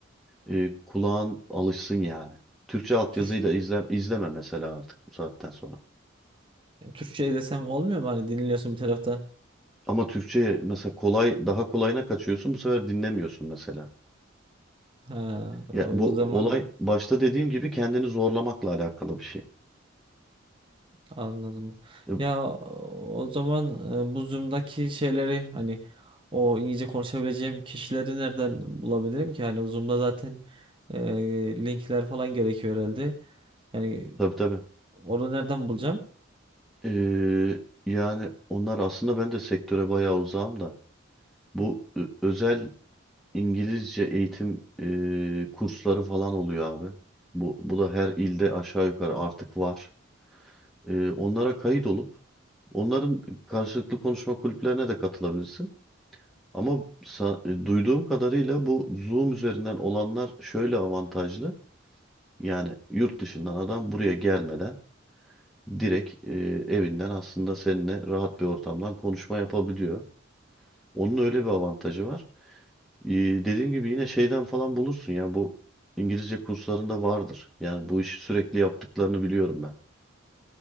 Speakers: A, in the centre; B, on the right.
A: e, kulağın alışsın yani. Türkçe altyazıyla
B: Türk,
A: izle, izleme mesela artık bu saatten sonra.
B: Türkçe desem olmuyor mu? Hani dinliyorsun bir taraftan.
A: Ama Türkçe'ye mesela kolay daha kolayına kaçıyorsun bu sefer dinlemiyorsun mesela.
B: Ha,
A: Ya
B: o
A: bu
B: o zaman
A: olay başta dediğim gibi kendini zorlamakla alakalı bir şey.
B: anladım.
A: E,
B: Ya o zaman e, bu Zoom'daki şeyleri hani o İngilizce konuşabileceğim kişileri nereden bulabilirim ki? Hani o Zoom'da zaten e, linkler falan gerekiyor herhalde. Yani
A: tabii tabii.
B: onu nereden bulacağım?
A: Ee, yani onlar aslında ben de sektöre bayağı uzağım da bu ö- özel İngilizce eğitim e, kursları falan oluyor abi. Bu, bu da her ilde aşağı yukarı artık var. Ee, onlara kayıt olup onların karşılıklı konuşma kulüplerine de katılabilirsin. Ama sa- e, duyduğum kadarıyla bu Zoom üzerinden olanlar şöyle avantajlı. Yani yurt dışından adam buraya gelmeden direkt e, evinden aslında seninle rahat bir ortamdan konuşma yapabiliyor. Onun öyle bir avantajı var. E, dediğim gibi yine şeyden falan bulursun ya bu İngilizce kurslarında vardır. Yani bu işi sürekli yaptıklarını biliyorum ben.